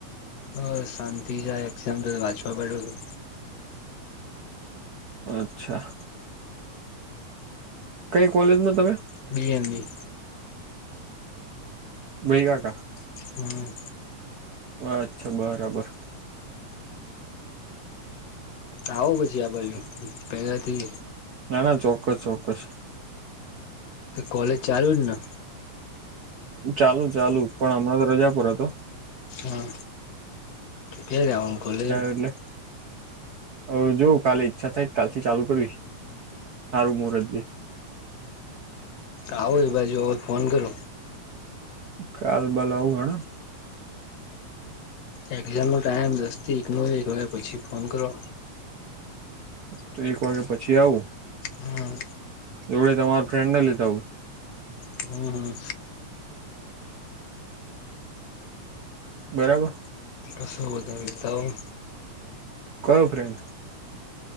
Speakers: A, on the left; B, on the right.
A: બસ શાંતિ જાય એક્ષાપલ વાંચવા બેઠો.
B: અચ્છા. કઈ કોલેજમાં તમે.
A: બી એલ બી.
B: <unintelligible>
A: હમ.
B: અચ્છા બરાબર.
A: આવો પછી આ બાજુ પેલાથી
B: ના, ના, ચોક્કસ, ચોક્કસ.
A: કોલેજ ચાલુ જ ને
B: ચાલુ ચાલુ પણ હમણાં તો રજા પર હતો.
A: હમ કયારે જવાનું કોલેજ.
B: એટલે. હ જોવ કાલે ઈચ્છા થાય કાલ થી ચાલુ કરીશ. સારું મુંરત જોઈ.
A: આવો એ બાજુ હવે ફોન કરો.
B: કાલ બાલ આવું હેડો.
A: એક્ઝામનો ટાઈમ દસ થી એકનો એક વાગ્યા પછી ફોન કરો.
B: તો એક વાગ્યા પછી આવું.
A: હમ.
B: જોડે તમાર ફ્રેન્ડ ને લેતા આવું.
A: હમ, હમ.
B: બરાબર.
A: કશું વાધો નહીં લેતા આવો.
B: કયો ફ્રેન્ડ?